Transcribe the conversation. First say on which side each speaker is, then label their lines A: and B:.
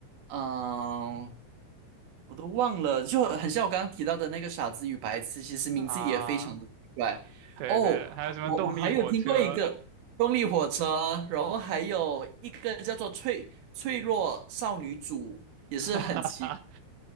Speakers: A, on the right; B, on the right.
A: 嗯、我都忘了，就很像我刚刚提到的那个《傻子与白痴》，其实名字也非常的奇怪。
B: 啊，对对，
A: 哦，
B: 还有什么动力火车？
A: 我我还有听过一个动力火车，然后还有一个叫做脆脆弱少女组，也是很奇，
B: <laughs>